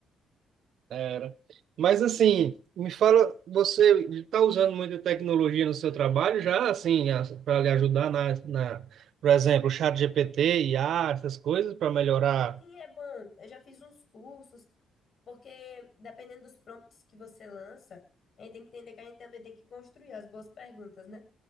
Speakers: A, on the right (about 70°); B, on the left (about 55°).
A: Era. Mas assim, me fala, você está usando muita tecnologia no seu trabalho já, assim, para lhe ajudar na, na, por exemplo, o chat GPT, IA, essas coisas, para melhorar
B: Sim, é bom. Eu já fiz uns cursos, Porque dependendo dos prompts que você lança, a gente tem que entender que a gente também tem que construir as boas perguntas, né?